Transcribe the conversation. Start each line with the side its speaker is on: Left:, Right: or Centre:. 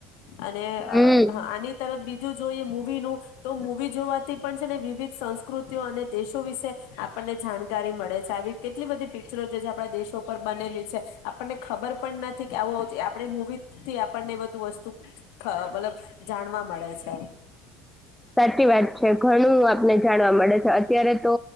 Left: અને
Centre: હમ
Left: અહ હા આની તરફ બી જું જોઈએ મુવી નું તો મુવી જોવાતી પણ છે ને વિવિધ સંસ્કૃતિઓ અને દેશો વિશે આપણને જાણકારી મળે છે આવી કેટલી બધી પિક્ચરો જે આપણા દેશો પર બનેલી છે આપણને ખબર પણ નથી કે આવો આપણે મૂવી થી આપણને બધું વસ્તુ એ મતલબ જાણવા મળે છે.
Centre: સાચી વાત છે ઘણું આપને જાણવા મળે છે અત્યારે તો